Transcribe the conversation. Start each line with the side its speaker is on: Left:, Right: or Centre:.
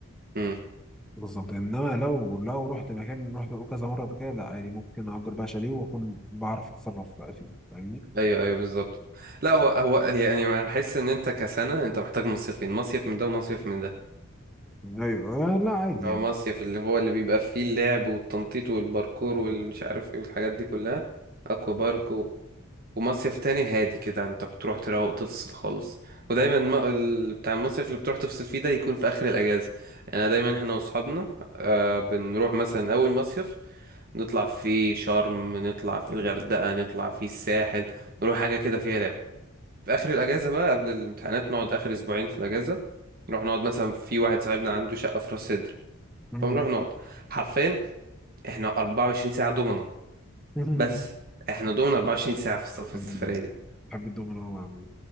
Right: امم
Centre: بالظبط انما لو لو رحت مكان رحت كذا مره قبل كده لا عادي ممكن اجر بقى شاليه واكون بعرف اتصرف بقى فيه فاهمني
Right: ايوه ايوه بالظبط لا هو هو يعني انا بحس ان انت كسنة انت محتاج مصيفين مصيف من ده ومصيف من ده
Centre: ايوه آه، لا عادي
Right: هو
Centre: يعني
Right: مصيف اللي هو اللي بيبقى فيه اللعب والتنطيط والباركور والمش عارف ايه والحاجات دي كلها اكوا بارك و... ومصيف تاني هادي كده انت بتروح تروق تفصل خالص ودايما ما... ال- بتاع المصيف اللي بتروح تفصل فيه ده يكون في اخر الاجازه انا دايما احنا واصحابنا آه بنروح مثلا اول مصيف نطلع فيه شرم نطلع فيه الغردقه نطلع فيه الساحل نروح حاجه كده فيها لعب في اخر الاجازه بقى قبل الامتحانات نقعد اخر اسبوعين في الاجازه نروح نقعد مثلا في واحد صاحبنا عنده شقه في راس سدر
Centre: مم.
Right: فنروح نقعد حرفيا احنا 24 ساعة دومنا
Centre: <laughs>
Right: بس احنا دومنا 24
Centre: بحب الدومينو
Right: ساعة في السف- في
Centre: عموما.
Right: السفرية دي
Centre: بحب الدومينو أوي عموما